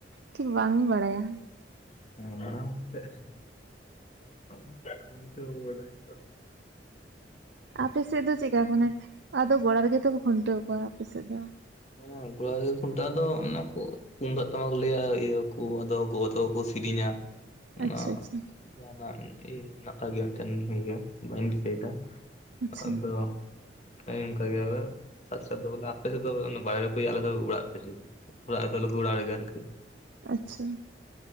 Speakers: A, on the right; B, on the left.
A: ᱴᱷᱤᱠ ᱵᱟᱝᱧ ᱵᱟᱲᱟᱭᱟ᱾
B: <unintelligible>
A: ᱟᱯᱮ ᱥᱮᱫ ᱫᱚ ᱪᱮᱜᱠᱟ ᱠᱚ ᱢᱟᱱᱮ ᱟᱫᱚ ᱜᱚᱲᱟ ᱨᱮᱜᱮ ᱛᱚᱠᱚ ᱠᱷᱩᱱᱴᱟᱹᱣ ᱠᱚᱣᱟ ᱟᱯᱮ ᱥᱮᱫ ᱫᱚ,
B: ᱦᱮᱸ ᱜᱚᱲᱟᱮ ᱨᱮᱜᱮ ᱠᱷᱩᱱᱴᱟᱹᱣ ᱟᱫᱚ ᱚᱱᱟ ᱠᱚ ᱛᱩᱢᱫᱟᱜ ᱴᱟᱢᱟᱠ ᱠᱚ ᱞᱟᱹᱭᱟ ᱤᱭᱟᱹ ᱠᱚ ᱟᱫᱚ ᱜᱚᱜᱚ ᱛᱟᱠᱚ ᱠᱩ ᱠᱤᱨᱤᱧᱟ, ᱚᱱᱟ
A: ᱟᱪᱪᱷᱟ ᱟᱪᱪᱷᱟ
B: ᱡᱟᱦᱟᱱᱟᱜ ᱤᱭᱟᱹ ᱦᱮᱱᱟᱜ ᱟᱠᱟᱜᱼᱜᱮᱭᱟ ᱮᱱᱛᱮ ᱦᱩᱭᱩᱜ ᱜᱤᱭᱟ ᱵᱟᱹᱧ ᱫᱤᱥᱟᱹ ᱮᱫᱟ,
A: ᱟᱪᱪᱷᱟ
B: ᱟᱫᱚ ᱚᱱᱮ ᱚᱱᱠᱟ ᱜᱮ <unintelligible> ᱛᱮᱫᱚ ᱵᱟᱞᱮ ᱟᱫ ᱟᱯᱮ ᱥᱮᱫ ᱫᱚ ᱵᱟᱦᱨᱮ ᱨᱤᱯᱮ ᱤᱭᱟᱹ ᱟᱞᱮ ᱫᱚ ᱚᱲᱟᱜ ᱵᱷᱤᱛᱤᱨ ᱨᱮᱜᱮ ᱚᱲᱟᱜ ᱨᱮᱫᱚ ᱜᱚᱲᱟ ᱨᱮᱜᱮ ᱟᱨᱠᱤ,
A: ᱟᱪᱪᱷᱟ,